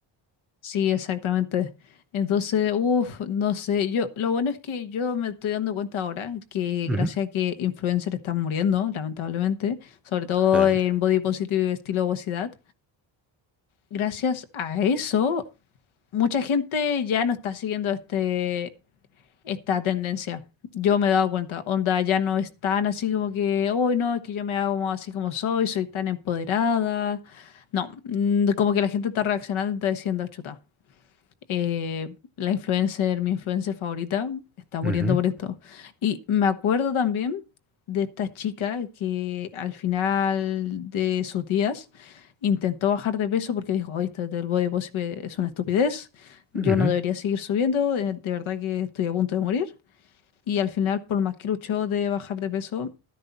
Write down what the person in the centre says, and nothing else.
Ujú,
claramente.
Ujú,
ujú,